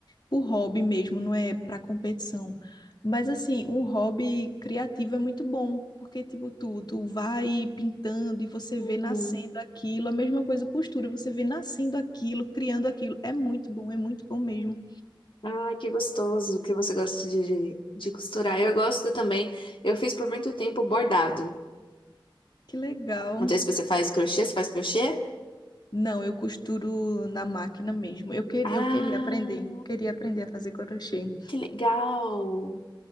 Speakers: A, on the left; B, on the left.
A: por hobby mesmo, não é para competição. Mas assim, um hobby criativo é muito bom, porque tipo tu, tu vai pintando e você
B: uhum.
A: vê nascendo aquilo, a mesma coisa costura, você vê nascendo aquilo, criando aquilo. É muito bom, é muito bom mesmo.
B: Ai, que gostoso que você gosta de, de de costurar. Eu gosto também. Eu fiz por muito tempo bordado.
A: Que legal.
B: Não sei se você faz crochê, você faz crochê?
A: Não, eu costuro na máquina mesmo. Eu, que,
B: Ah,
A: eu queria aprender, queria aprender a fazer crochê.
B: que legal!